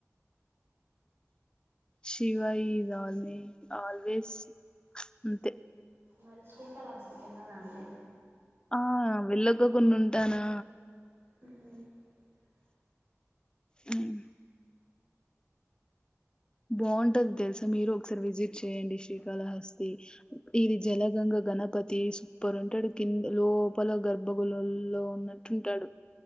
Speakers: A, on the left; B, on the right.
A: శివయి ఈస్ ఆల్వే ఆల్వేస్ అంతే
B: మరి శ్రీకాళహస్తికెళ్నారా అండి
A: ఆ వెళ్ళకోకుండుంటానా
B: <unintelligible>
A: ఉమ్ బావుంటాది తెలుసా మీరూ ఒకసారి విజిట్ చేయండి శ్రీకాళహస్తి ఇది జలగంగ గణప పతి సూపర్ ఉంటాడు కింద లోపల గర్భగుళ్ళల్లో ఉన్నట్టుంటాడు